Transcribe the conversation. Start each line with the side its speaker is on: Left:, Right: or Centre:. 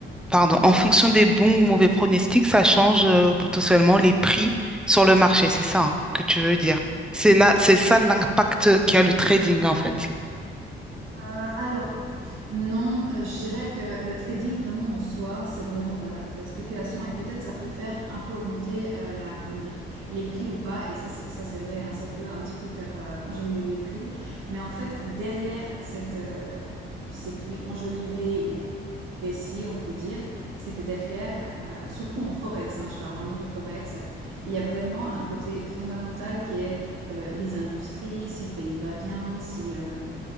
Centre: pardon,
Right: oui,
Centre: en fonction
Right: vas-y.
Centre: des bons ou mauvais pronostics, ça change euh, potentiellement les prix sur le marché, c'est ça hein, que tu veux dire. C'est là, c'est ça l'impact qu'a le trading en fait.
Right: Euh, alors, Non, euh, je dirais que le trading vraiment en soi, c'est vraiment de la, de la spéculation et peut-être ça peut faire un peu augmenter euh, la, comment dire, les prix ou pas. Et ça, c'est- ça c'est vrai, hein, ça peut un petit peu faire euh, enjoliver les prix. Mais en fait, derrière cette, euh, ces prix enjolivés ou baissiers, on peut dire, c'est que derrière, euh, surtout en forex, hein, je parle vraiment du forex, il y a vraiment un côté fondamental qui est euh, les industries, si le pays va bien, si euh,